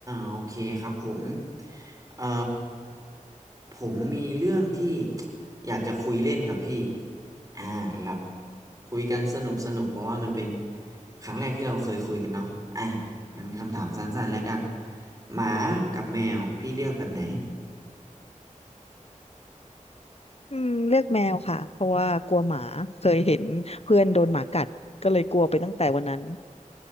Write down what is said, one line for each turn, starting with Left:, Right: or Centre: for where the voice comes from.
Right: โอเคครับผมเอ่อผมมีเรื่องที่ <tsk> อยากจะคุยเล่นกับพี่อ่าหลับคุยกันสนุกสนุกเพราะว่ามันเป็นครั้งแรกที่เราเคยคุยกันเนาะอ่างั้นคำถามสั้นๆแล้วกันหมากับแมวพี่เลือกแบบไหน
Left: อืมเลือกแมวค่ะเพราะว่ากลัวหมาเคยเห็นเพื่อนโดนหมากัดก็เลยกลัวไปตั้งแต่วันนั้น